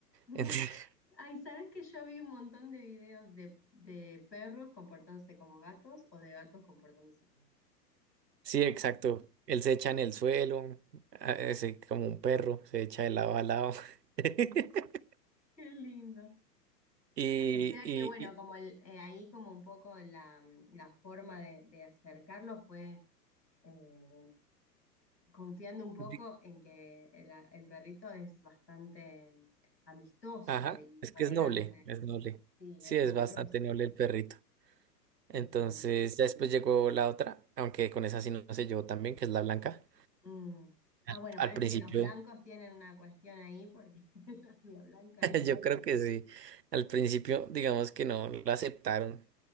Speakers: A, on the left; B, on the right.
A: <laughs>
B: Entonces, <laughs>
A: Ay, ¿sabes que yo vi un montón de videos de, de perros comportándose como gatos o de gatos comportándose como perros?
B: sí, exacto. Él se echa en el suelo, a- así como un perro, se echa de lado a lado. <laughs>
A: Qué lindo.
B: Y,
A: O sea
B: y,
A: que bueno,
B: y-
A: como el, eh, ahí como un poco la, la forma de, de acercarlo fue eh, confiando un poco
B: di-
A: en que el, el perrito es bastante amistoso
B: ajá,
A: y
B: es
A: tolerante.
B: que es noble, es noble.
A: Sí,
B: Sí,
A: es
B: es
A: amoroso.
B: bastante noble el perrito. Entonces
A: Entiendo.
B: ya después llegó la otra, aunque con esa sí no se llevó tan bien, que es la blanca.
A: Mm. Ah,
B: Al
A: bueno,
B: al
A: parece
B: principio...
A: que los blancos tienen una cuestión ahí porque <laughs> la mía blanca
B: <laughs>
A: es lo
B: Yo creo que sí. Al principio, digamos que no la aceptaron